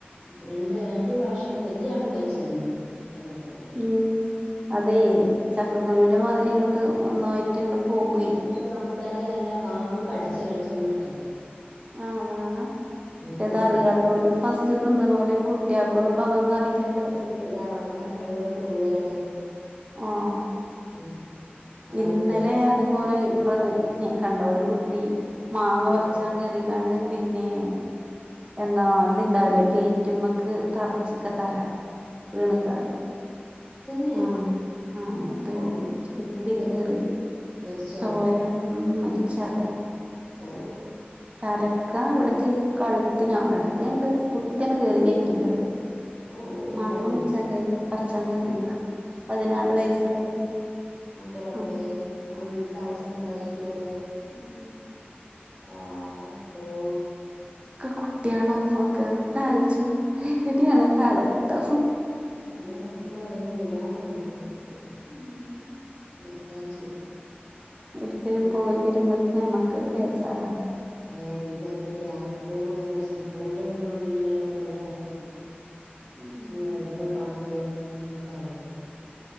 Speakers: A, on the left; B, on the right.
A: രണ്ട് രണ്ട് പ്രാവശ്യം ങ്ങനെ വല്ലിയ ആളും മരിച്ചിക്ക് ന്ന് റംബൂട്ടാന് തോളോ കുടിങ്ങിട്.
B: ഉം അതെയ് ചക്കക്കുരുവിന്റെ മാതിരി ങ്ങട്ട് ഒന്നായിട്ട് ങ്ങട്ട് പോകുയ്
A: പക്ഷ റംബൂട്ടാൻല് കാമ്പ് കടിച്ച് കടിച്ച് നമ്മള് ഇട്ക്കണ്ടെ?
B: ആഹ് വേണം ശെ
A: അതാണ്
B: തറിയാത്തോലും ഫസ്റ്റ് തിന്ന്ണോല്. കുട്ടിയാക്കൊന്നും പ്പതൊന്നും അറിയില്ലല്ലോ.
A: വല്ലാ റംബുട്ടാനും വഴുവഴുപ്പ് കൂടുതലാണ്.
B: ആഹ്
A: ഉം അതാണ്
B: ഇന്നലെ
A: പ്രശ്നം
B: അത് പോലെ ഇങ്ങള് ഞ കണ്ടോ ഒരു കുട്ടീ. മാങ്ങ
A: ഏ,
B: പർച്ചാൻ കേറിങ്ങണ്ട്. പിന്നെ എന്താ ത്ണ്ടാവില്ലേ ഗേറ്റ്മ്മക്ക് തറച്ച്ക്കാ തല. വീണ്ക്കാണ്ട്
A: തന്നെ
B: ആഹ് ആഹ് ന്നട്ട്
A: ഓ എന്റെ ദൈവമേ,
B: ചോ കുത്തി
A: വീണു
B: കേറി
A: മരിച്ചോ
B: ചോര ഉം മര്ച്ചാതെ
A: ഔ,
B: തല ക്കാ എവിടക്ക് കഴുത്തിനോ എടക്കെങ്ങണ്ട് കുത്തിയണ്ണ് കേറി ഗേറ്റിൻ്റത്.
A: ഓ
B: മാങ്ങ
A: ആ വീട്ടിൽ
B: പറിച്ചാൻ കേറിയതാ
A: ആ
B: പതിനാറ് വയസ്സ്ള്ള കുട്ടി
A: ഔ ന്റെ റബ്ബേ
B: ആഹ്
A: ആ വീട്ട്ലെ അവസ്ഥ എന്തായിരിക്കും ല്ലെ
B: ഉം
A: പാവം ണ്ടോഹ്
B: കുട്ടിയളും ഒക്കെ ആലോയ്ച്ചബോ പേടിയാണ് കാലഘട്ടം
A: അതന്നെ മക്കളെ എവിടെം വിടാൻ തോന്നൂല നമ്മക്ക്
B: ഉം
A: എന്താ ചെയ്യാ
B: എട്ക്കേലും
A: ഉം.
B: പോയി വരുമ്പത്ത്നെ യമ്മക്കൊരു ബേജാറാണ്
A: ഏഹ് വീട്ടിലെത്തിങ്ങട്ട് ആൺകുട്ടിളും കൂടിയാവുംമ്പ ഒര് സം പെൺകുട്ടിള് പിന്നെ നമ്മളെ വീട്ടില് നമ്മളെ കൂടെ ണ്ടാവും ചെയും.
B: ഉം
A: റ്റിങ്ങള് ഏടെക്കെ പാഞ്ഞി കേർണം ന്നൊന്നും നമ്മക്ക്റീലല്ലോ